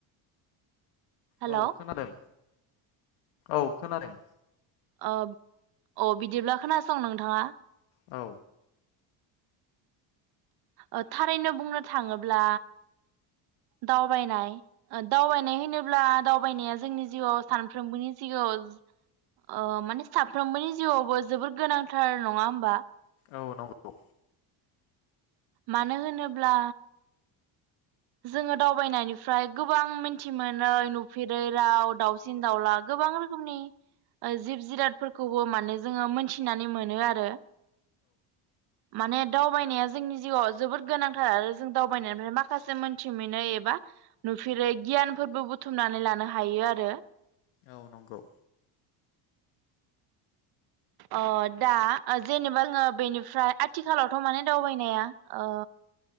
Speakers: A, on the right (about 55°); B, on the left (about 80°).
A: हेल'
B: औ खोनादों। औ खोनादों।
A: अ अ बिदिब्ला खोनासं नोंथांङा
B: औ
A: ओ थारैनो बुंनो थांङोब्ला दावबायनाय ओ दावबायनाय होनोब्ला दावबायनाया जोंनि जिउआव सानफ्रोमबोनि जिउआव ओ माने साफ्रोमबोनि जिउआवबो जोबोर गोनांथार नङा होमबा?
B: औ नंगौ
A: मानो होनोब्ला जोनङो दावबायनायनिफ्राय गोबां मिन्थि मोनै नुफेरै राव दाउसिन दाउला गोबां रोखोमनि जिब जिरादफोरखौबो माने जोंङो मोनथि थिनानै मोनो आरो माने दावबायनाया जोंनि जिउआव जोबोद गोनांथार आरो जों दावबायनायनिफ्राय माखासे जि मोनथि मोनै एबा नुफेरै गियानफोरबो बुथुमनानै लानो हायो आरो।
B: औ नंगौ।
A: ओ दा ओ जेनेबा जोंङो बेनिफ्राय आथिखालावथ माने दावबायनाया ओ